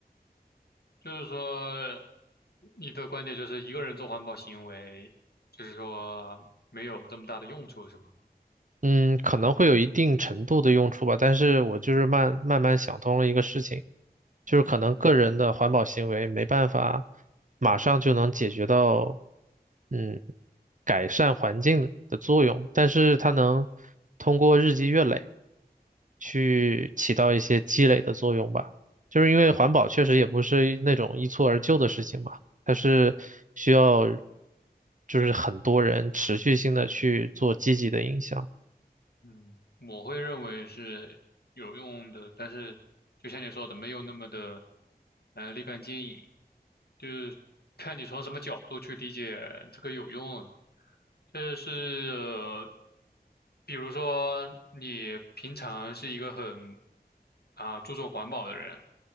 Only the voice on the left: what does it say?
就是说，你的观点就是一个人做环保行为，就是说没有这么大的用处，是吗？
嗯。
嗯，我会认为是有用的，但是就像你说的，没有那么的呃立竿见影，就是看你从什么角度去理解这个有用了就是、呃比如说你平常是一个很啊注重环保的人，